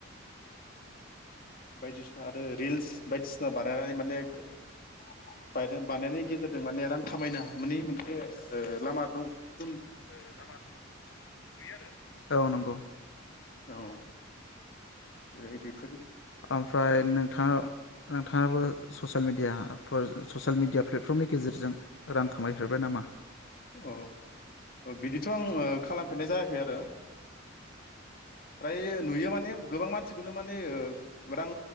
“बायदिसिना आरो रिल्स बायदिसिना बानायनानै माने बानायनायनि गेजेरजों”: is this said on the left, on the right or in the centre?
Left